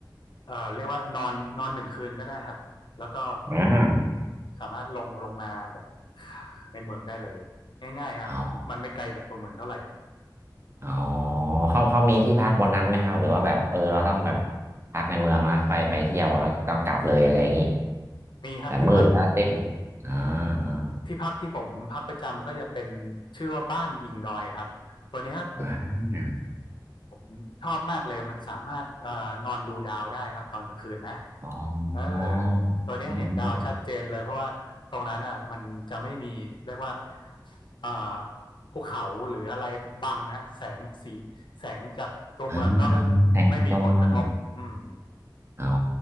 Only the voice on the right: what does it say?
อ่า
อ๋อ
อ๋อเขาเขามีที่พักบนนั้นไหมครับหรือว่าแบบเออเราต้องแบบพักในเมืองแล้วค่อยไปเที่ยวแล้วต้องกลับเลยอะไรอย่างนี้
แบบมืดแล้วเต็มอ่าอ่า
อ่า
อ๋อ
อ
อืมอืม
อ่าอ่าแต่ในตัวเมือง
อ๋อ